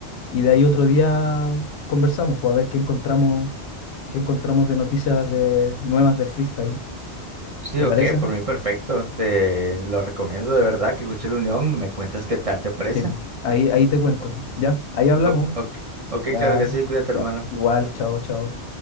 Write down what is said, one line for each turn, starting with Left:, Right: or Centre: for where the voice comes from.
Left: y de ahí otro día conversamos, pues a ver qué encontramos, qué encontramos de noticias de, nuevas del freestyle?
Right: Sí,
Left: ¿Te
Right: ok,
Left: parece?
Right: por mí perfecto, te lo recomiendo de verdad que escuche La Unión, me cuentas qué tal, ¿te parece?
Left: Sí, ahí, ahí te cuento,
Right: O-
Left: ¿ya? Ahí hablamos.
Right: o- ok, ok,
Left: Ya,
Right: claro que sí, cuídate,
Left: ya.
Right: hermano.
Left: Igual, chao, chao.